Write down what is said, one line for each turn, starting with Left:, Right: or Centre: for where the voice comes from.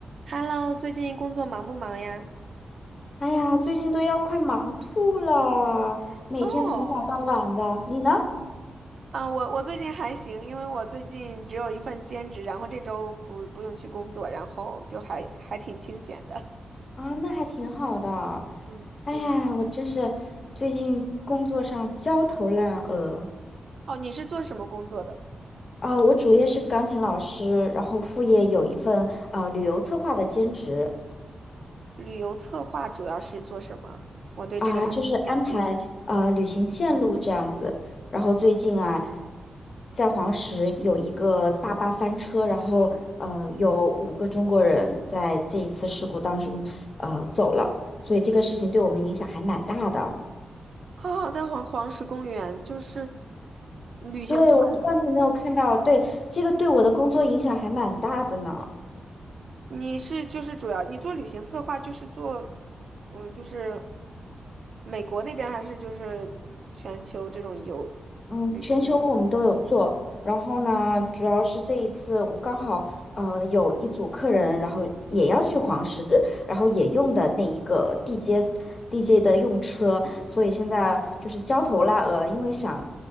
Right: Hello，最近工作忙不忙呀？
Left: 哎呀，最近都要快忙吐了，每天从早到晚的。
Right: 哦，
Left: 你呢？
Right: 啊，我我最近还行，因为我最近只有一份兼职，然后这周不不用去工作，然后就还还挺清闲的。
Left: 啊，那还挺好的。
Right: 嗯
Left: 哎呀，我真是最近工作上焦头烂额
Right: <laughs>，哦，你是做什么工作的？
Left: 啊！我主业是钢琴老师，然后副业有一份呃旅游策划的兼职。
Right: 旅游策划主要是做什么？我对这个还挺感兴趣。
Left: 啊，就是安排呃旅行线路这样子。然后最近啊，在黄石有一个大巴翻车，然后呃有五个中国人在这一次事故当中呃走了，所以这个事情对我们影响还蛮大的。
Right: 哦，在黄黄石公园，就是旅行团。
Left: 对，我不知道你有没有看到，对，这个对我的工作影响还蛮大的呢。
Right: 你是就是主要你做旅行策划，就是做，嗯，就是美国那边儿还是就是全球这种游旅游的？
Left: 嗯，全球我们都有做，然后呢，主要是这一次我刚好呃有一组客人，然后也要去黄石，然后也用的那一个地接地接的用车，所以现在就是焦头烂额，因为想